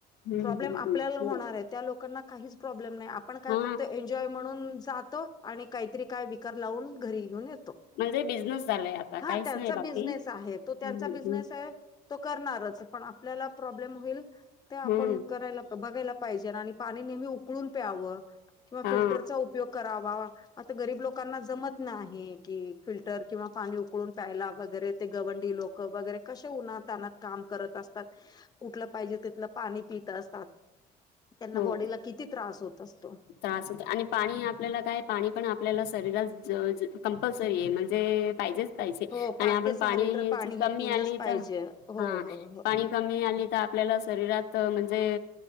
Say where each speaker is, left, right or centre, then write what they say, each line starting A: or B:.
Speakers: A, on the left; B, on the left.
A: हम्म
B: प्रॉब्लेम
A: हम्म
B: आपल्याला
A: हो
B: होणार आहेत. त्या लोकांना काहीच प्रॉब्लेम नाही आपण काय
A: हा
B: फक्त एन्जॉय म्हणून जातो आणि काहीतरी काय विकार लावून घरी घेऊन येतो.
A: म्हणजे बिझनेस झालाय आता
B: हा
A: काहीच
B: त्यांचा
A: नाही बाकी
B: बिजनेस आहे तो त्यांचा
A: हम्म
B: बिझनेस
A: हम्म
B: आहे तो करणारच पण आपल्याला प्रॉब्लेम होईल ते आपण
A: हम्म
B: करायला बघायला पाहिजे न आणि पाणी नेहमी उकळून प्यावं किंवा
A: हा
B: फिल्टरचा उपयोग करावा आता गरीब लोकांना जमत नाही कि फिल्टर किंवा पाणी उकळून प्यायला वगैरे ते गवंडी लोक क वगैरे कशे उना तानात काम करत असतात कुठलं पाहिजे तिथलं पाणी पीत असतात त्यांना
A: हो
B: बॉडीला किती त्रास होत असतो.
A: त्रास होतो आणि पाणी आपल्याला काय पाणी पण आपल्याला शरीरात ज ज कंपल्सरी आहे म्हणजे पाहिजेच पाहिजे
B: हो
A: आणि
B: पाच
A: आपण
B: ते सहा
A: पाणीची
B: लिटर पाणी हे
A: कमी
B: पिलंच
A: आली
B: पाहिजे
A: तर
B: हो
A: हा
B: हो हो
A: पाणी कमी आली तर आपल्याला शरीरात म्हणजे